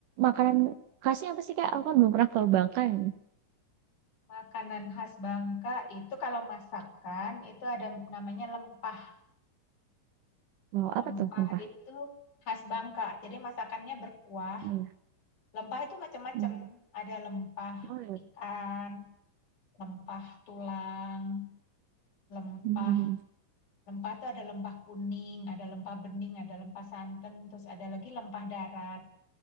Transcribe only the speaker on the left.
Makanan khas Bangka itu kalau masakan itu ada namanya lempa.
Lempah
itu khas Bangka. Jadi masakannya berkuah.
Lempah itu macam-macam.
Ada lempah
ikan, lempah tulang, lempah.
Lempah itu ada lempah kuning, ada lempah bening, ada lempah santan, terus ada lagi lempah darat.